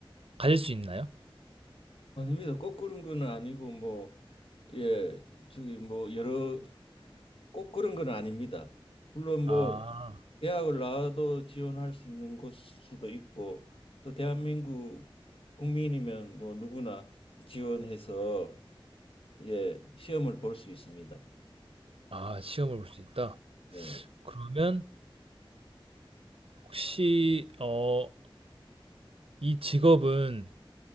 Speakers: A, on the right; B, on the left.
A: 가질 수 있나요?
B: 아닙니다. 꼭 그런 건 아니고 뭐 예, 저기 뭐 여러 꼭 그런 건 아닙니다. 물론
A: 아.
B: 뭐 대학을 나와도 지원할 수 있는 곳 수도 있고 또 대한민국 국민이면 뭐 누구나 지원해서 예, 시험을 볼 수 있습니다.
A: 아, 시험을 볼 수 있다.
B: 네.
A: 그러면 혹시 어, 이 직업은